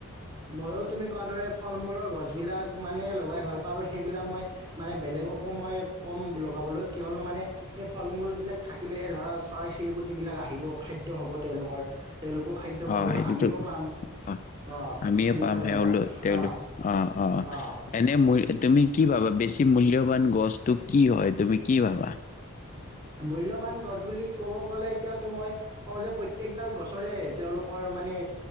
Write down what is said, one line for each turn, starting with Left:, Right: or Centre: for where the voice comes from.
Right: মইো তুমি কোৱাৰ দৰে ফল-মূলৰ গছবিলাক মানে লগাই ভাল পাওঁ আৰু সেইবিলাক মই মানে বেলেগকো মই কম লগাবলৈ কিয়নো মানে সেই ফল-মূল বিলাক থাকিলেহে ধৰা চৰাই চিৰিকটি বিলাক আহিব খাদ্য হ'ব তেওঁলোকৰ তেওঁলোকেও খাদ্য পাব,
Left: অ সেইটোতো
Right: আমিও পাম।
Left: অ
Right: অঁ
Left: আমিয়ে
Right: সেনেকুৱা
Left: পাম
Right: ধৰণৰ
Left: সেওঁলোক তেওঁলোক
Right: অঁ
Left: অ অ
Right: অঁ
Left: এনে মূ তুমি কি কি ভাবা, বেছি মূল্যবান গছটো কি হয়, তুমি কি ভাবা?
Right: মূল্যবান গছ বুলি ক'ব গ'লে এতিয়াতো মই কওঁ যে প্ৰত্যেকডাল গছৰে তেওঁলোকৰ মানে